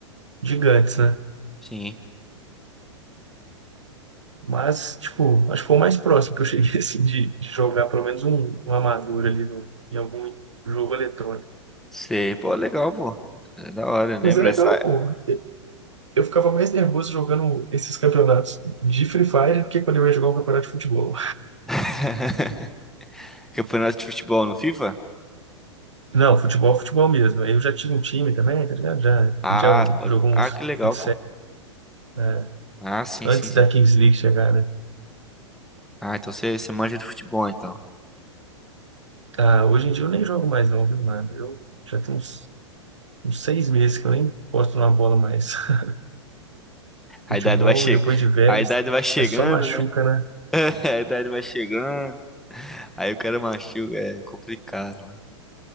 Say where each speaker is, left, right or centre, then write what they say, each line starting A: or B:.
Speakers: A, on the right (about 75°); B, in the centre.
A: gigantes, né?
B: Sim.
A: Mas, tipo, acho que foi o mais próximo que eu cheguei, <laughs> assim, de, de jogar pelo menos um, um amador ali no, em algum jogo eletrônico.
B: Sei. Pô, legal, pô. É da hora, eu lembro
A: Mas é legal,
B: essa
A: pô. Eu ficava mais nervoso jogando esses campeonatos de Free Fire do que quando eu ia jogar um campeonato de futebol.
B: <laughs> campeonato de futebol no FIFA?
A: Não, futebol, futebol mesmo. Eu já tinha um time também, tá ligado? Já, a
B: Ah,
A: gente já
B: pode.
A: jogou
B: Ah,
A: uns
B: que legal,
A: fut
B: pô.
A: né,
B: Ah, sim,
A: antes
B: sim, sim.
A: da Kings League chegar, né?
B: Ah, então você, você manja de futebol, então.
A: Ah, hoje em dia eu nem jogo mais não, viu, mano? Eu já tenho uns, uns seis meses que eu nem posto na bola mais. <laughs>
B: A
A: Futebol,
B: idade vai che...
A: depois de velhos,
B: a idade vai chegando,
A: é só machuca,
B: né?
A: né?
B: <laughs> A idade vai chegando. Aí o cara machuca, é complicado, mano.